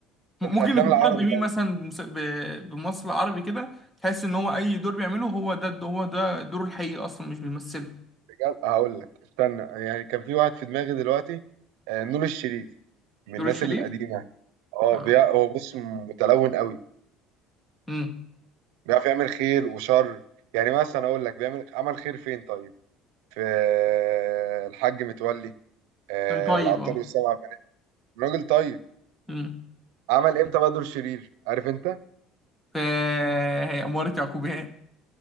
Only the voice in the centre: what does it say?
م-
ممكن
نفكرك
بمين
مثلا بمس- ب- بممثل عربي كده تحس ان هو اي دور بيعمله هو ده هو ده دوره الحقيقي اصلا مش بيمثله
دور
الشريف
اه
امم
كان طيب
اه
امم
ف هي أمارة يعقوبيان